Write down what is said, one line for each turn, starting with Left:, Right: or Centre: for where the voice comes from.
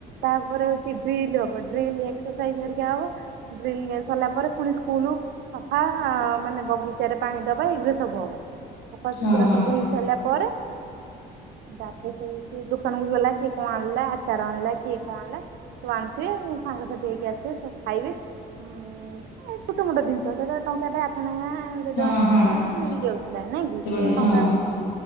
Right: ତାପରେ ହଉଛି ବଡିଲ ହବ। ଡ୍ରିଲ ଏକ୍ସରସାଇଜିକ ହବ ଡ୍ର ସାରିଲା ପରେ- ଫୁଣି ସ୍କୁଲ। ସଫା ମାନେ ବଗିଚ ରେ ପାଣି ଦବା ଏଇଗା ସବୁ ହବ। ସଫାସୁତୁରା
Left: ହଁ ହଁ।
Right: ସବୁ ହେଇ ସାରିଲା ପରେ ତାପରେ ସବୁ କିଏ ଦୋକାନକୁ ଗଲା କିଏ କଣ ଆଣିଲା ଆଚାର ଆଣିଲା କିଏ କଣ ଆଣିଲା ସବୁ ଆଣିଥିବେ ସାଙ୍ଗସାଥି ହେଇକି ଆସିବେ ସବୁ ଖାଇବେ ହୁଁ। ଛୋଟ ମୋଟା ଜିନିଷ ଦଶ ହଜାର ଟଙ୍କାଖଥନାଁ ମେ
Left: ହଁ ହଁ
Right: ମିଳି ଯାଉଥିଲା ନାଇଁ କି
Left: ସେତେବେଳେ
Right: ଟଙ୍କା
Left: ହଁ